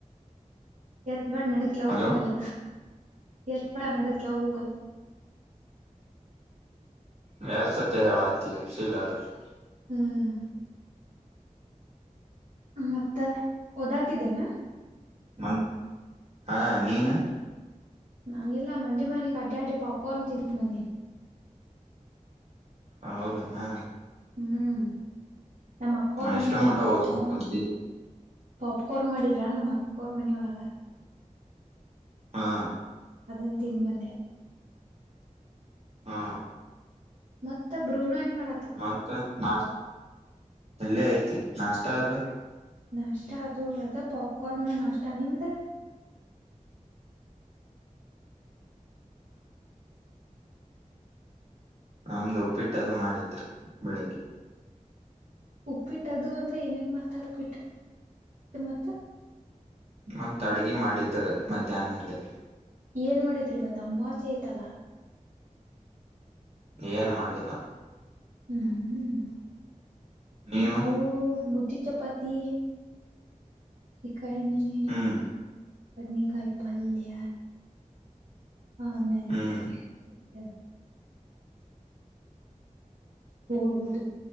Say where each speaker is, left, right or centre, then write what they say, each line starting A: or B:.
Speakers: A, on the right (about 70°); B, on the right (about 50°).
A: ಎತ್ ಬಟ್ ನಡಕ್ ಯಾವು
B: ಹಲೋ
A: ಕೊಡಲ್ಲ ಎತ್ ಬಳ ನಡಕ ಯಾವಕ್ಕಲ್ಲ
B: ವ ಸ ತೆ ಹಾತ ಸಿೀಿಲ್ಲ <unintelligible>
A: ಹ್ಮ್ ಮತ್ತ ಓದಾತಿದ್ದೇನಾ
B: ಮ ಹಾ ನೀನು
A: ನಾನ ಇಲ್ಲ ಮಂಡಿ ಮನಗ ಅಡ್ಡ ಅಡ್ಡಿ ಪಾಕೊಂಡ ತಿನ್ ಬಂದೀನಿ
B: ಹ ಹೌದಾ ಹಾ
A: ಹ್ಮ್ ನಮ್ಮ್ ಅಕ್ಕೋರ್
B: ನಾ
A: ಮನಿಯೋಡ
B: ಇಷ್ಟೋ ಮಟ
A: ಪಪ್ಕೋರ್ನ
B: ಓದ್ಕೊಂಡ್ ಕುಂತಿದ್ದೆ
A: ಪಾಪ್ಕೋರ್ ಮಾಡಿದ್ರಾ ನಮ್ಮ ಅಕೋರ್ ಮನಿಯೊಳಗ
B: ಹಾ
A: ಅದನ್ನು ತಿನ್ ಮಂದ
B: ಹಾ
A: ಮತ್ತ ಬ್ರೂನೋ ಏನ್ ಮಾಡ
B: ಮತ್ತ ನಾ ಎಲ್ಲೇ ಐತಿ ನಾಷ್ಟ ಅದು
A: ನಾಷ್ಟ ಅದು ಅದ ಪಾಪ್ಕಾರ್ನ್ ನಾಷ್ಟ ನಿಮ್ದ
B: ನಮ್ದು ಉಪ್ಪಿಟ್ಟದು ಮಾಡಿದ್ರ ಬೆಳಿಗ್ಗೆ
A: ಉಪ್ಪಿಟ್ಟದು ಅಂದ್ರೆ ಏನೇನ್ ಮಾಡ್ತಾರ ಉಪ್ಪಿಟ್ಟ ಮತ್ತ
B: ಮತ್ತು ಅಡ್ಗೆ ಮಾಡಿದ್ದಾರೆ ಮಧ್ಯಾಹ್ನ ಹಂದೆ
A: ಏನ್ ಮಾಡಿದ್ರಿ ಇವತ್ತು ಅಮಾಸೆ ಐತಲ್ಲಾ
B: ಏನ್ ಮಾಡಿಲ್ಲ
A: ಹ್ಮ್ ಹ್ಮ್
B: ನೀವು
A: ನಾವು ಮುಧೆ ಚಪಾತಿ ಶ <inaudible> ಕನ <unintelligible>
B: ಹ್ಮ್
A: ಬಡ್ನೇಕೈ ಪಲ್ಯ ಆಮೇಲೆಯ
B: ಹ್ಮ್
A: ಮತ್ಯ ಹ ಇದು